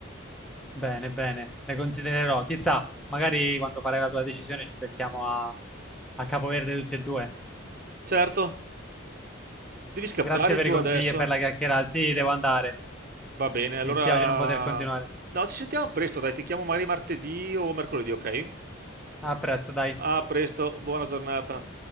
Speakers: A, in the centre; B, on the right (about 45°).
A: bene, bene, le considererò. Chissà, magari quando farai la tua decisione ci becchiamo a, a Capoverde tutti e due.
B: Certo, devi scappare
A: Grazie per
B: tu
A: i
B: adesso?
A: consigli e per la chiacchierata. Sì, devo andare.
B: Va bene, allora...
A: Mi dispiace non poter continuare.
B: No, ci sentiamo presto, dai, ti chiamo magari martedì o mercoledì, ok?
A: A presto, dai.
B: A presto, buona giornata.